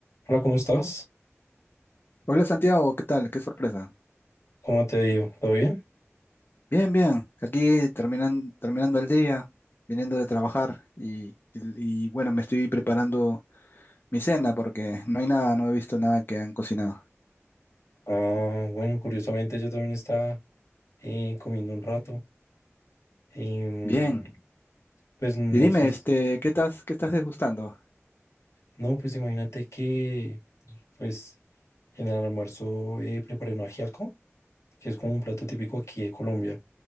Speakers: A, on the left; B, on the left.
A: Hola, ¿cómo estás?
B: Hola Santiago, ¿qué tal? Qué sorpresa.
A: ¿Cómo te digo? ¿Todo bien?
B: Bien, bien. Aquí terminan, terminando el día, viniendo de trabajar y, y- y, bueno, me estoy preparando mi cena porque no hay nada, no he visto nada que han cocinado.
A: Ah, bueno, curiosamente yo también estaba eh, comiendo un rato. Em,
B: Bien.
A: pues no
B: Y dime,
A: sé, s-
B: este, ¿qué estás, qué estás degustando?
A: no, pues imagínate que pues en el almuerzo eh, preparé un ajiaco, que es como un plato típico aquí de Colombia.